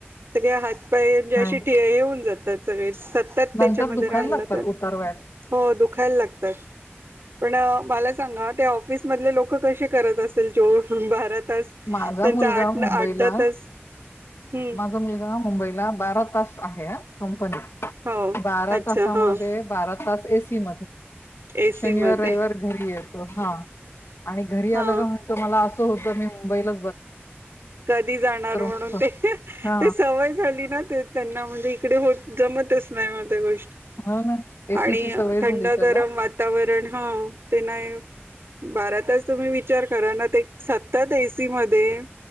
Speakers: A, on the right; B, on the left.
A: सग्या जे अ
B: नाही.
A: येऊन जातात, सगळे सतत त्याच्यामध्ये
B: नंतर दुखायला
A: राहिला
B: लागतात
A: तर
B: उतार वयात.
A: हो दुखायला लागतात. पण मला सांगा त्या ऑफिस मधले लोक कशे करत असेल? जो भारत त
B: माझा
A: त्यांचा
B: मुलगा
A: आठ
B: मुंबईला
A: आठ दहा तास हम्
B: माझा मुलगा मुंबईला बारा तास आहे अ. कंपनीत
A: हो
B: बारा
A: अच्छा
B: तासामध्ये
A: हा
B: बारा तास एसी मध्ये
A: एसी
B: शनिवार,
A: मध्ये
B: रविवार घरी येतो. हा. आणि घरी आलं
A: हा
B: का म्हणतो, मला अस <unintelligible> मुंबईला
A: कधी जाणार म्हणून?
B: होतं.
A: ते,
B: हां,
A: ते सवय झाली ना ते त्यांना म्हणजे इकडे हो जमत अस नाही. म ते गो
B: हो ना. एसीची
A: आणि
B: सवय
A: थंड
B: झाली त्याला.
A: गरम वातावरण हा. ते नाही बारातास तुम्ही विचार करा ना ते सतत एसी मध्ये